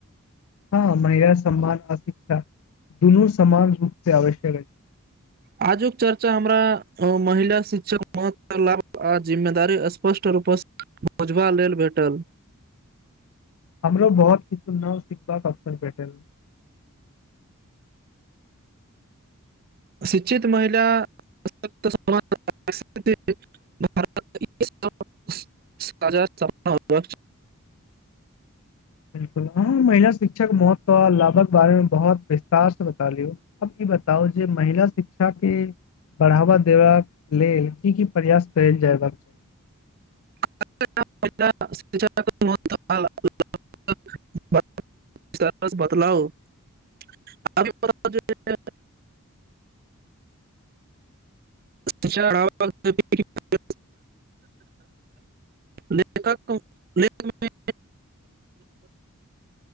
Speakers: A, on the left; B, on the right.
A: हँ महिला सम्मान आ शिक्षा दुनू समान रूप से आवश्यक अछि
B: आजुक चर्चा हमरा महिला शिक्षाक महत्व लाभ आ जिम्मेदारी स्पष्ट रूप सँ बुझबा लेल भेटल
A: हमरो बहुत किछु नव सिखबाक अवसर भेटल
B: शिक्षित महिला <unintelligible> <unintelligible>
A: बिल्कुल अहाँ महिला शिक्षक भऽ कऽ लाभक बारेमे बहुत विस्तारसँ बता लियौ अब ई बताउ जे महिला शिक्षा के बढ़ावा देबाक लेल की की प्रयास कएल जएबाक चाही
B: <unintelligible> बदलाउ <unintelligible> <unintelligible> लेखक लेख <unintelligible>